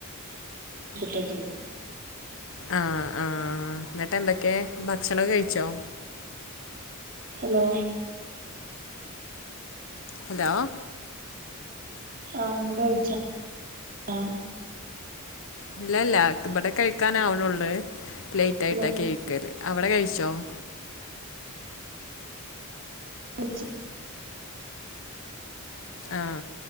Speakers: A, on the right (about 45°); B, on the left (about 65°).
A: അപ്പത്തേക്ക്
B: ആ. ആ. ന്നിട്ട് ന്തൊക്കെ. ഭക്ഷണം കഴിച്ചോ?
A: ഹലോ
B: ഹലോ
A: ആ. ഇങ്ങള് കഴിച്ച. ആ.
B: ഇല്ലല്ല. ഇവിടെ കഴിക്കൻ ആവണള്ളു ലേയ്റ്റായിട്ടാ
A: ഹലോ
B: കഴിക്കല്. അവിടെ കഴിച്ചോ? ലോ
A: കൊർച്ച്
B: ആ.